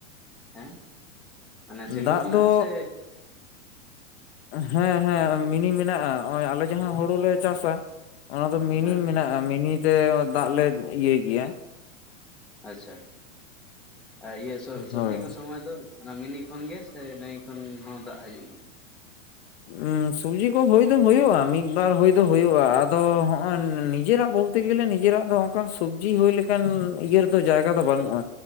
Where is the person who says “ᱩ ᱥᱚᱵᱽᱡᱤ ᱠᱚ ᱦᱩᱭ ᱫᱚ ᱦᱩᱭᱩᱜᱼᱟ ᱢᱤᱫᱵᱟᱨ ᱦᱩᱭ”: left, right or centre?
Left